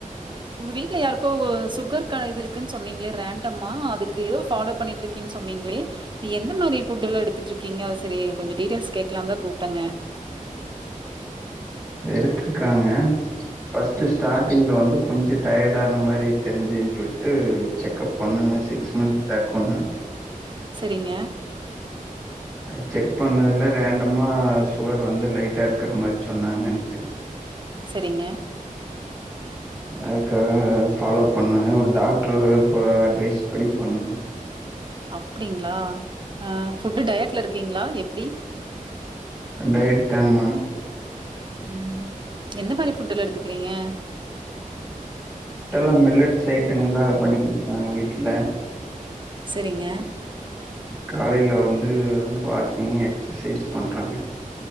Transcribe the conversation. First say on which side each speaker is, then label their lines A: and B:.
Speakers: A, on the right; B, in the centre.
A: உங்க வீட்ல யாருக்கோ ஒ சுகர் க இது இருக்குன்னு சொன்னீங்களே ரேண்டமா அதுக்கு எதோ ஃபாலோ பண்ணிட்ருக்கேனு சொன்னீங்களே எந்த மாரி ஃபுட்டெல்லா எடுத்துட்ருக்கீங்ளா செரி கொஞ்ச டீட்டைல்ஸ் கேக்லாந்தா கூப்ட்டங்க
B: எடுத்துட்டுருக்காங்க ஃபர்ஸ்ட்டு ஸ்டார்ட்டிங்ல வந்து கொஞ்ச டயர்டான மாரி தெரிஞ்சின்னு சொல்ட்டு செக்கப் பண்ணுங்க சிக்ஸ் மந்த் பேக் ஒன்னு
A: செரிங்க
B: அது செக் பண்ணதுல ரேண்டமா சுகர் வந்து லைட்டா இருக்கற மாரி சொன்னாங்கன்ட்டு
A: செரிங்க
B: அதுக்காக ஃபாலோ பண்ணுங்க ஒரு டாக்ட்ரு ப அட்வைஸ்ப் படி பண்ணுங்க
A: அப்டிங்ளா ஆ ஃபுட்டு டயட்ல இருக்கீங்ளா எப்டி
B: டயட் தாங்க மேம்
A: உம் எந்த மாரி ஃபுட்டெல்லா எடுத்துக் வீங்க
B: <unintelligible> மில்லட்ஸ் ஐட்டங்களா பண்ணி குடுப்பாங்க வீட்ல
A: செரிங்க
B: காலைல வந்து வாக்கிங் எக்சசைஸ் பண்றங்க